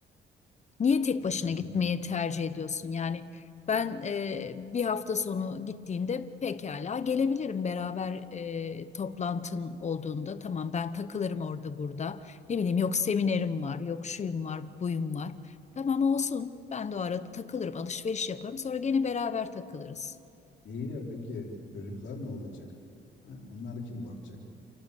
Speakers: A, on the left; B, on the left.
A: Niye tek
B: Ya
A: başına
B: senin.
A: gitmeyi tercih ediyorsun? Yani ben e, bir hafta sonu gittiğinde pekala gelebilirim beraber e, toplantın olduğunda. Tamam ben takılırım orada burada. Ne bileyim yok seminerim var, yok şuyum var, buyum var. Tamam olsun. Ben de o arada takılırım, alışveriş yaparım. Sonra gene beraber takılırız.
B: İyi de peki çocuklar ne olacak? Ha, onlara kim bakacak?